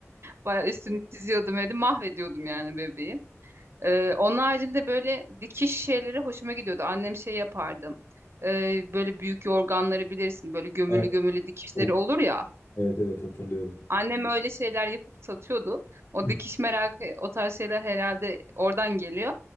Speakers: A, on the right; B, on the left.
A: Bayağı üstünü çiziyordum, öyle mahvediyordum yani bebeği. Ee, onun haricinde böyle dikiş şeyleri hoşuma gidiyordu. Annem şey yapardı. Ee, böyle büyük yorganları bilirsin. Böyle gömülü
B: Evet,
A: gömülü dikişleri
B: of.
A: olur ya.
B: Evet evet hatırlıyorum.
A: Annem öyle şeyler yapıp satıyordu. O
B: Hı.
A: dikiş merakı, o tarz şeyler herhalde oradan geliyor.